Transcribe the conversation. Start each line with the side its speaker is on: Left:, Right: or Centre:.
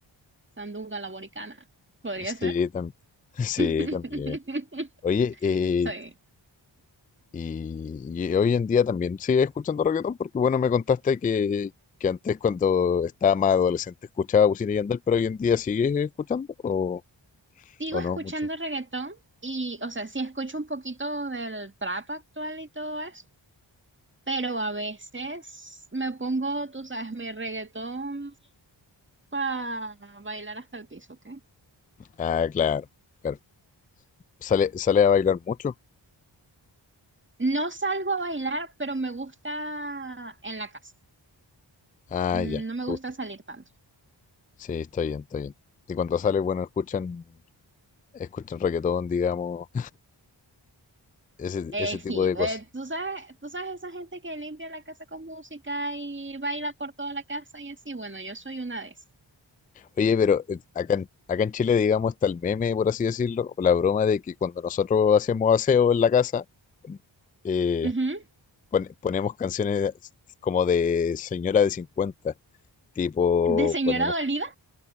Right: Sandunga la Boricana. ¿Podría
Left: sí,
Right: ser?
Left: tam- <laughs> sí,
Right: <laughs>
Left: también. Oye, eh,
Right: Soy.
Left: y, y hoy en día también sigues escuchando reggaetón porque, bueno, me contaste que, que antes cuando estaba más adolescente escuchaba Wisin y Yandel, pero hoy en día sigues escuchando o,
Right: Sigo
Left: o
Right: escuchando
Left: no mucho.
Right: reggaetón y, o sea, sí escucho un poquito del trap actual y todo eso, pero a veces me pongo, tú sabes, mi reggaetón para bailar hasta el piso, ¿ok?
Left: Ah, claro, claro. ¿Sale, sale a bailar mucho?
Right: No salgo a bailar, pero me gusta en la casa.
Left: Ah,
Right: Mm,
Left: ya, te
Right: No me gusta
Left: gusta.
Right: salir tanto.
Left: Sí, está bien, está bien. Y cuando sale, bueno, escuchan, escuchan reggaetón, digamos, <laughs> ese,
Right: Eh,
Left: ese tipo
Right: sí,
Left: de
Right: eh,
Left: cosas.
Right: tú sabes, tú sabes esa gente que limpia la casa con música y baila por toda la casa y así, bueno, yo soy una de esas.
Left: Oye, pero eh, acá en, acá en Chile, digamos, está el meme, por así decirlo, o la broma de que cuando nosotros hacemos aseo en la casa, eh,
Right: Ujú.
Left: pon- ponemos canciones como de señora de 50, tipo,
Right: De señora
Left: ponemos,
Right: dolida.